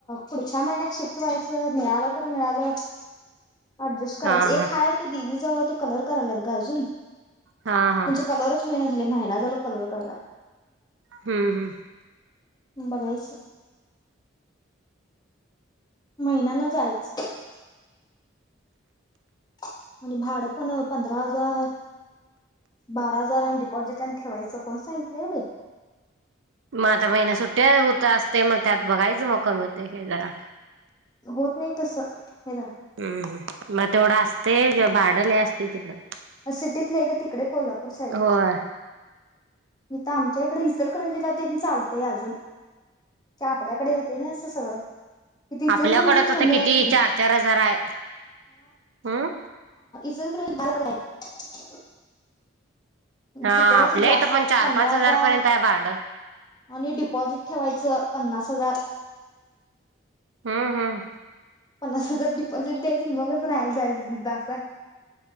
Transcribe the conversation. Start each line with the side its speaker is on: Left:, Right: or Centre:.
Left: पुढच्या महिन्यात शिफ्ट व्हायचं मिळालं तर मिळालं. ऍडजस्ट करायचं
Right: हा हा
Left: एक हाय ते दिदीजवळ कलर करायल्यात गं अजून. त्यांचं
Right: हा हा
Left: कलरच होईना झालंय महिना झालं कलर <unintelligible>
Right: हम्म हम्म.
Left: बघायचं महिन्यानं जायचं. म्हणजे भाडं पण पंधरा हजार बारा हजार आणि डिपॉझिट आणि ठेवायचं कोण सांगितलंय गं बाई.
Right: मग आता महिना सुट्ट्या होत असतंय मग त्यात बघायचं मग कमी होतंय काय जरा.
Left: होत नाही तसं. हे जरा
Right: हम्म हम्म मग तेवढं असतंय <unintelligible> भाडं लय असतंय तिकडं.
Left: सिटीत लय गं तिकडे कोल्हापूर साईडला.
Right: होय
Left: इथं आमच्याइकडे इचलकरंजीला तेन चालतंय अजून. ते आपल्याकडे येतंय ना <unintelligible> सगळं. तिथे इचलकरंजीत
Right: आल्याकडंच आता
Left: कमी
Right: किती
Left: आहे की
Right: चार-चार हजार हाय. हं?
Left: इचलकरंजीत <unintelligible>
Right: हा
Left: तिकडं
Right: आपल्या
Left: असं जास्त
Right: इथं पण चार
Left: पंधरा
Right: पाच
Left: हजार
Right: पर्यंत आहे भाडं
Left: आणि डिपॉझिट ठेवायचं. पन्नास हजार.
Right: हम्म हम्म.
Left: पन्नास हजार डिपॉझिट द्यायचं मगच राहायला जायचंं तिथं असं आहे.